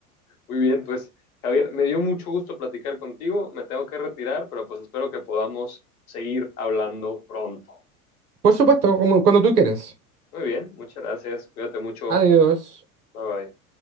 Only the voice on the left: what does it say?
Muy bien, pues Javier, me dio mucho gusto platicar contigo. Me tengo que retirar, pero pues espero que podamos seguir hablando pronto.
Muy bien, muchas gracias. Cuídate mucho.
Bye bye.